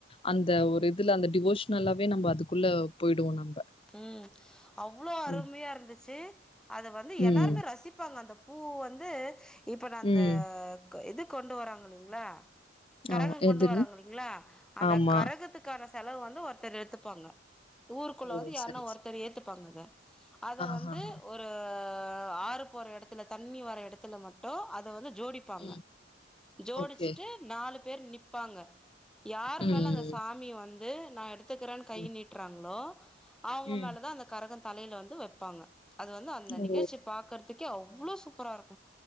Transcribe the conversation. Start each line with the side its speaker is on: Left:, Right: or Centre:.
Left: அந்த ஒரு இதுல அந்த டிவோஷ்னல்லாவே நம்ப அதுக்குள்ள போயிடுவோ நம்ப.
Centre: ம் அவ்ளோ அருமையா
Left: ம்
Centre: இருந்துச்சி. அத வந்து எல்லாருமே
Left: ம்
Centre: ரசிப்பாங்க அந்தப் பூ வந்து இப்ப ந அந்த
Left: ம்
Centre: க் இது கொண்டு வராங்க இல்லிங்ளா? கரகொ
Left: ஆமா
Centre: கொண்டு
Left: எதுங்க
Centre: வறாங்க இல்லிங்ளா அந்த
Left: ஆமா
Centre: கரகத்து க்கான செலவு வந்து ஒருத்தர் ஏத்துப்பாங்க ஊருக்குள்ள
Left: ஓ
Centre: வந்து யார்ன்னா
Left: சரி
Centre: ஒருத்தர்
Left: சரி
Centre: ஏத்துப்பாங்க அத. அத
Left: ஆஹாஹா
Centre: வந்து ஒ ரு ஆறு போற எடத்துல தண்ணி வர எடத்துல மட்டு அத வந்து ஜோடிப்பாங்க.
Left: ம்
Centre: ஜோடிச்சிட்டு
Left: ஓகே
Centre: நாலு பேர் நிப்பாங்க யார்
Left: ம்
Centre: மேல அந்த சாமி வந் து நா எடுத்துக்றேன் கை
Left: ம்
Centre: நீட்றாங்ளோ அவங்க
Left: ம்.
Centre: மேல தா அந்த கரக தலைல வந்து வெப்பாங்க அது வந்து அந்த
Left: ஓ!
Centre: நிகழ்ச்சி பாக்குறதுக்கே அவ்ளோ சூப்பரா இருக்